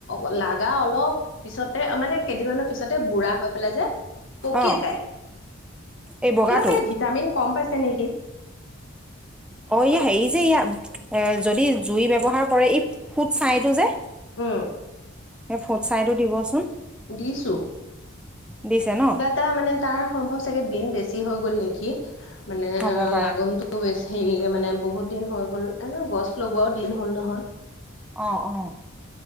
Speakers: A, on the left (about 60°); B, in the centre.
A: অ-লাগা অলপ পিছতে মানে কেইদিনমানৰ পিছতে বুঢ়া হৈ পেলাই যে পকি
B: অ
A: যায়।
B: এই বগাটো
A: কিবা চাগে ভিটামিন কম পাইছে নেকি।
B: অ, ই হেৰি যে ইয়া এ যদি জুই ব্যৱহাৰ কৰে এই ফুট ছাইটো যে
A: উম
B: সেই ফুট চাইটো দিবচোন।
A: দিছো
B: দিছে ন।
A: তাৰ মানে তাৰ সম্ভৱ চাগে দিন বেছি হৈ গ'ল নেকি? মানে
B: হ'ব পাৰে
A: লাগ আৰু বেছি হেৰি মানে বহুত দিন হৈ গ'ল এনে গছ লগোৱাও দিন হ'ল নহয়।
B: অ অ।